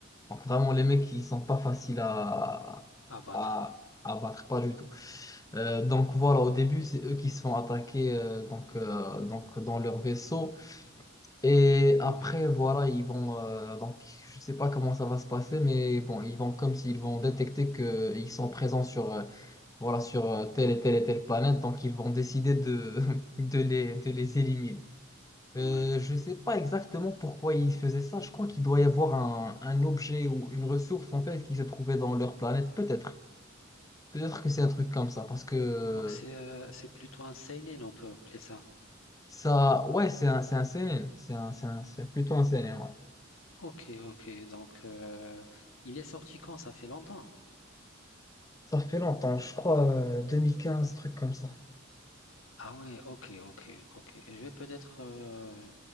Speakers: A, on the left; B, on the left.
A: donc, vraiment, les mecs, ils sont pas faciles à,
B: Abattre.
A: à, à battre. Pas du tout. Euh, donc, voilà, au début, c'est eux qui se font attaquer euh, donc, euh, donc, dans leur vaisseau. Et après,
B: Oui,
A: voilà, ils vont. euh, donc, je sais pas comment ça va se passer, mais bon, ils vont comme s'ils vont détecter qu'ils sont présents sur, euh, voilà, sur euh, telle et telle et telle planète. Donc, ils vont décider de, <laughs> de les, de les éliminer. Euh,
B: oui.
A: je sais pas exactement pourquoi ils faisaient ça. Je crois qu'il doit y avoir un, un objet ou une ressource, en fait, qui se trouvait dans leur planète. Peut-être. Peut-être que c'est un truc comme ça. Parce que
B: Donc c'est euh, c'est plutôt un seinen, on peut appeler ça.
A: ça. Ouais, c'est un, c'est un CNN. C'est un, c'est un- c'est plutôt un CNN, ouais.
B: Ok, ok. Donc euh, il est sorti quand? Ça fait longtemps.
A: Ça fait longtemps, je crois, euh, 2015, truc comme ça.
B: Ah oui. ok, ok, ok. Je vais peut-être euh,